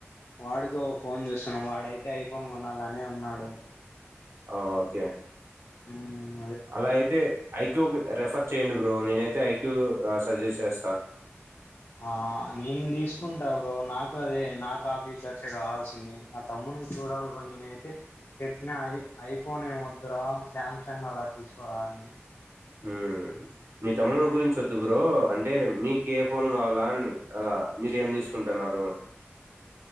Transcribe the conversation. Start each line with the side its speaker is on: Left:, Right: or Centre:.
Left: వాడికి ఓ ఫోన్ చూస్తున్నాం వాడైతే ఐఫోన్ కొనాలనే ఉన్నాడు
Right: ఆ ఓకే
Left: ఊ
Right: అలా అయితే ఐక్యో కి రెఫర్ చేయండి బ్రో నేనై తె ఐక్యూ ఆ సజెస్ చేస్తా
Left: ఆ నేను తీసుకుంటా బ్రో నాకు అదే నాకు ఆ ఫీచర్స్ కావాల్సింది నా తమ్ముని చూడాలి బ్రో నేనైతే చెప్పిన ఐ ఐఫోన్ ఏ ఒదురా శామ్సంగ్ అలా తీసుకొరా అని
Right: ఊ మీ తమ్ముని గురించి వద్దు బ్రో అంటే మీ కే ఫోన్ కావాలా అని అలా మీరు ఏం తీసుకుంటున్నారు అని